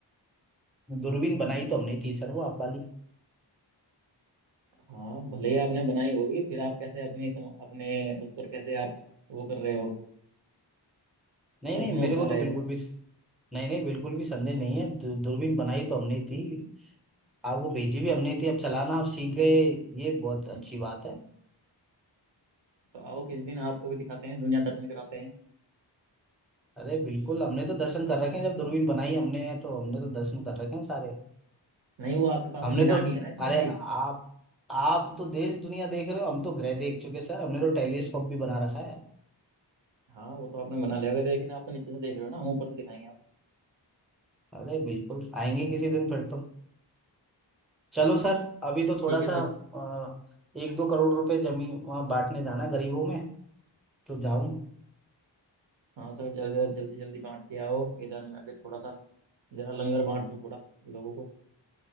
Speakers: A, in the centre; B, on the right.
A: दूरबीन बनाई तो हमने ही थी सर वो आप वाली
B: हाँ भले ही आपने बनाई होगी फिर आप कैसे अपनी सम, अपने उस पर कैसे आप वो कर रहे हो
A: नहीं
B: प्रश्न
A: नहीं मेरे
B: उठा
A: को
B: रहे
A: तो बिल्कुल
B: हो
A: भी नहीं नहीं बिल्कुल भी संदेह नहीं है दू- दूरबीन बनाई तो हमने ही थी आप वो भेजी भी हमने ही थी अब चलाना आप सीख गए ये बहुत
B: <laughs>
A: अच्छी बात है
B: तो आओ किस दिन आपको भी दिखाते हैं दुनिया दर्शन कराते हैं
A: अरे बिल्कुल हमने तो दर्शन कर रखे हैं जब दूरबीन बनाई हमने है तो हमने तो दर्शन कर रखे हैं सारे
B: नहीं वो आपके पास
A: हमने
B: में मीनार
A: तो
B: नहीं है ना इतनी
A: अरे
B: ऊंची
A: आप आप तो देश दुनिया देख रहे हो हम तो ग्रह देख चुके सर हमने तो टेलीस्कोप भी बना रखा है
B: हाँ वो तो आपने बना लिया होगा लेकिन आप तो नीचे से देख रहे हो ना हम ऊपर से दिखाएंगे आप
A: अरे बिल्कुल आएंगे किसी दिन फिर तो चलो सर अभी तो थोड़ा
B: ठीक है
A: सा
B: सर
A: अ, एक दो करोड़ रुपए जमीन वहाँ बांटने जाना गरीबों में तो जाऊं
B: हाँ सर जल्दी जल्दी जल्दी बांट के आओ इधर मैं भी थोड़ा सा जरा लंगर बांट दूँ थोड़ा लोगों को